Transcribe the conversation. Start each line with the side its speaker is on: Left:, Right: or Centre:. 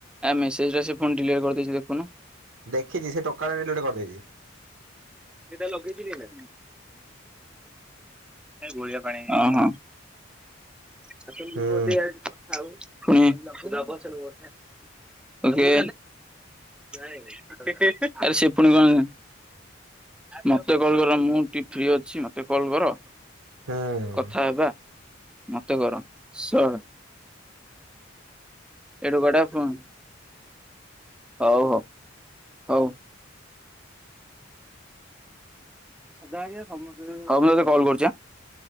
Centre: ଆ ମେସେଜ ଟା ସେ ଫୋନ ଡିଲିଭାର କରିଦେଇଛି ଦେଖୁନୁ
Right: ଦେଖିଛି ସେ ଟୋକାଟା <unintelligible>
Centre: ସେଟ ଲଗେଇଥିଲେ ଗଳିଆ ପାଣି <inaudible> ଆଉ ତମେ ଲୁ
Right: ହୁଁ
Centre: ଦେ ଆଉ କଥା ହଉ <inaudible> ପୁଣି ଓକେ ଆରେ ସେ ପୁଣି କଣ ମତେ କଲ କର ମୁଁ ଟିକେ ଫ୍ରି ଅଛି ମତେ କଲ କର
Right: ହୁଁ।
Centre: କଥା ହେବା ମତେ କର ଶଳ ଏଡୁ ଗଟାୁ <inaudible> ହଉ ହଉ ହଉ ସ୍ତେ ସମସ୍ତେତେ କଲ୍ କରୁଛ <inaudible>